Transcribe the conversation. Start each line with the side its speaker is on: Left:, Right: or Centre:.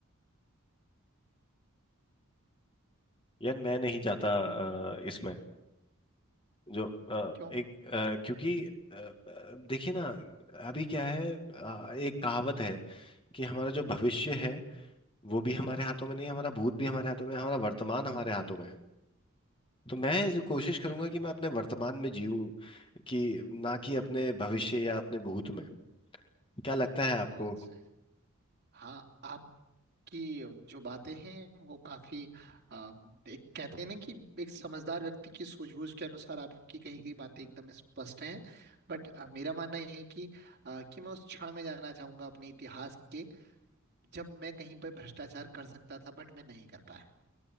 Left: यार मैं नहीं जाता अ, इसमें जो अ,
Right: क्यों
Left: एक अ, क्योंकि अ, अ, देखिए ना अभी क्या है अ, एक कहावत है कि हमारा जो भविष्य है वो भी हमारे हाथों में नहीं हमारा भूत भी हमारे हाथों में हमारा वर्तमान हमारे हाथों में है तो मैं जो कोशिश करूंगा
Right: बिल्कुल
Left: कि
Right: भाई
Left: मैं अपने वर्तमान में जीऊं कि ना कि अपने भविष्य या अपने भूत में क्या लगता है आपको
Right: बहुत सही हाँ आप कि जो बातें हैं वो काफी आ, एक कहते हैं ना कि एक समझदार व्यक्ति की सूझबूझ के अनुसार आपकी कही गई बातें एकदम स्पष्ट हैं बट मेरा मानना ये है कि आ, कि मैं उस क्षण में जाना चाहूंगा अपने इतिहास के जब मैं कहीं पर भ्रष्टाचार कर सकता था बट मैं नहीं कर पाया